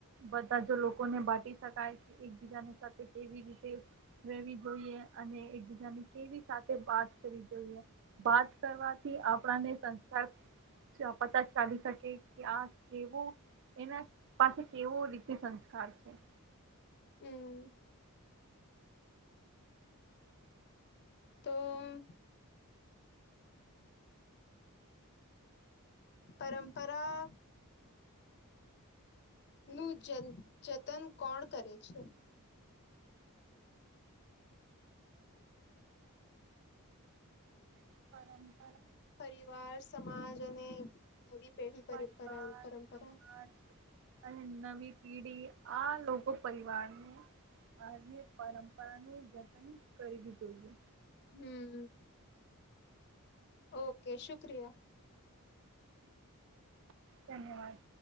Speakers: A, on the right (about 55°); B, on the left (about 50°).
A: બધા જ લોકોને બાટી શકાય કે એકબીજાની સાથે કેવી રીતે રહેેવી જોઈએ, અને એકબીજાની કેવી સાથે વાત કરવી જોઈએ, વાત કરવાથી આપણાને સંસ્કાર પતા ચાલી શકે કે આ એવું એના પાસે કેવો રીતે સંસ્કાર છે.
B: હમ્મ. તો પરંપરા નું જન જતન કોણ કરે છે?
A: <unintelligible>
B: પરિવાર સ માજ અને નવી પેઢી પરિપરા
A: પરિવાર
B: પરંપરા
A: સમાજ અને નવી પીઢી આ લોકો પરિવારને <unintelligible> પરંપરાનું જતન કરવી જોઈએ.
B: હમ્મ. ઓકે, શુક્રિયા.
A: ધન્યવાદ.